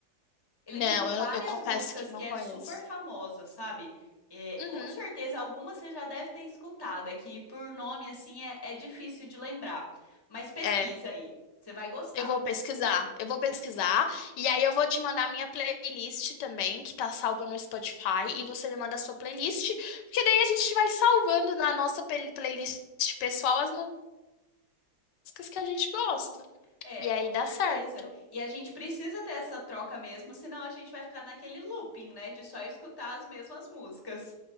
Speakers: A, on the left (about 15°); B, on the left (about 80°).
A: Ele
B: Não,
A: tem
B: eu,
A: várias
B: eu confesso
A: músicas
B: que não
A: que é
B: conheço.
A: super famosa, sabe? É,
B: Uhum,
A: com certeza algumas você já deve ter escutado, é que por nome assim é, é difícil de lembrar. Mas pesquisa
B: é,
A: aí, você vai gostar.
B: eu vou pesquisar, eu vou pesquisar, e aí eu vou te mandar a minha playlist também, que tá salva no Spotify, e você me manda a sua playlist, porque daí a gente vai salvando na nossa pel- playlist pessoal as músicas que a gente gosta.
A: É,
B: E aí
A: com
B: dá
A: certeza.
B: certo.
A: E a gente precisa ter essa troca mesmo, senão a gente vai ficar naquele looping, né, de só escutar as mesmas músicas.